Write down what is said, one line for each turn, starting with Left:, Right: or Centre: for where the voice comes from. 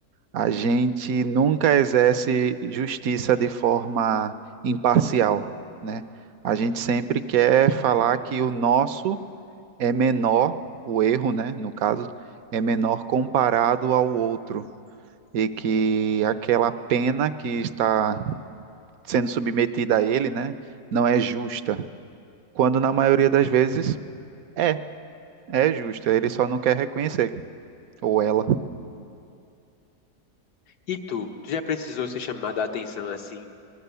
Right: A gente nunca exerce justiça de forma imparcial, né? A gente sempre quer falar que o nosso é menor, o erro, né, no caso, é menor comparado ao outro e que aquela pena que está sendo submetida a ele, né, não é justa, quando na maioria das vezes é, é justa, ele só não quer reconhecer, ou ela.
Left: E tu, tu já precisou ser chamada a atenção, assim,